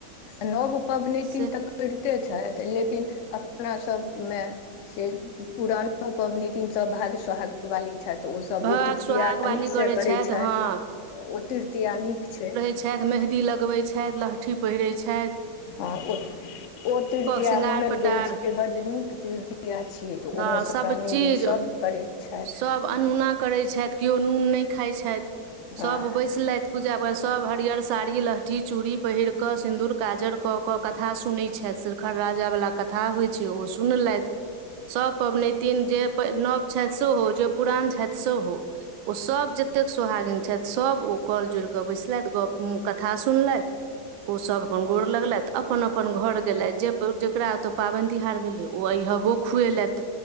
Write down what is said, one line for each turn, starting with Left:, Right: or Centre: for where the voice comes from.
Left: नव पबनैतिन
Right: से
Left: तऽ, करिते छएथ लेकिन अपना सभ मे से पुरानो पबनतिन स भाग सहाग वाली छएथ ओसभ
Right: भाग
Left: ओ तृतीया
Right: सोहाग बाली
Left: नीक से
Right: करै
Left: करैत
Right: छथि
Left: छैथ।
Right: हँ
Left: ओ तृतीया आ नीक छै।
Right: छैथ मेहदी लगबैत छैथ, लहठी पहिरै छैथ।
Left: आ ओ - ओ तृतीय
Right: श्रृंगार
Left: मानल
Right: पेटार
Left: गेल छै, बड नीक तृतीय छियै। तऽ
Right: हँ
Left: ओ मधुश्रावणी
Right: सभचीज
Left: दिन सभ करै छइथ,
Right: सभ अनोना
Left: हँ
Right: करै छइथ, केओ नून नई खाइ छइथ
Left: हँ
Right: सब बैसलइथ पूजा पर सब हरियर साड़ी लहठी चूड़ी पहिर के सिन्दूर काजर क के कथा सुनै छैथ। खर राजा बला कथा होइ छै, ओ सुनलइथ सभ पबनैतिन जे प नव छइथ, सेहो हो जे पुरान छइथ, सेहो हो। ओसभ जतेक सोहागिन छइथ सभ ओ कल जोड़ि कऽ बैसलइथ गप मुँह कथा सुनलेथ। ओ सब अपन गोड़ लगलइथ अपन - अपन घर गेलइथ जे जेकरा ओतो पाबइन तिहार भेले ओ अहिबो खुएलत